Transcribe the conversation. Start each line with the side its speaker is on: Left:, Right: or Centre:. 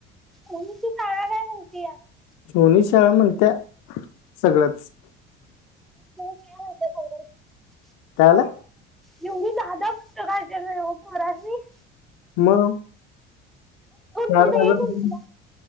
Centre: नचीी सारा ग मिणतीया <unintelligible>
Left: सोनी शाळा म्हणत्या, सगळंच.
Centre: होतें सगळ. <unintelligible>
Left: काय झालं?
Centre: येवी दादा फत काच्या कराी <unintelligible>
Left: मग च
Centre: चालतं
Left: हजार <unintelligible>
Centre: काही सुनीला